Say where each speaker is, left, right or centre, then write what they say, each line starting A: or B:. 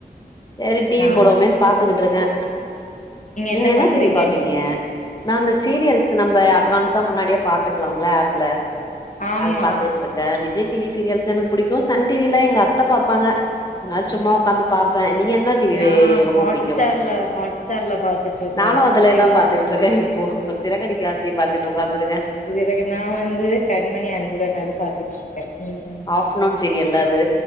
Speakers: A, on the left; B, on the left.
A: சரி டி
B: நான்
A: வி போடுவோமேன்னு பாத்துட்டு இருக்கே நீங்க
B: என்ன
A: என்னா
B: பாக்குறீங்க
A: டி வி பாப்பீங்க நா இந்த சீரிஸ் நம்ப அட்வான்ஸா முன்னாடியே பாத்துக்கலாம்ல ஆப்ல
B: ஆமா
A: அது பாத்துட்டு இருக் க்க விஜய் டி வி சீரியல்ஸ் எனக்கு புடிக்கு சன் டி வி ல எங்க அத்த பாப்பாங்க நா சும்மா உக்காந்து பாப்பே நீ என் டி வி
B: நா
A: ரொம்ப
B: ஹாட்
A: புடிக்கு
B: ஸ்டார்ல ஹாட் ஸ்டார்ல பாத்துட்டு இருக்கறே
A: நானு அதுலயே
B: டிவில
A: தா பாத்துக்ட்டு இருக்கே போ சிறகடிக்க ஆசை பாத்துட்டு உக்காந்துருகே
B: பிறகு நா வந்து கண்மணி அன்புடன் அது பாத்துட்டு இருக்கே ம்
A: ஆஃப்னுன் சிரியல்ல அது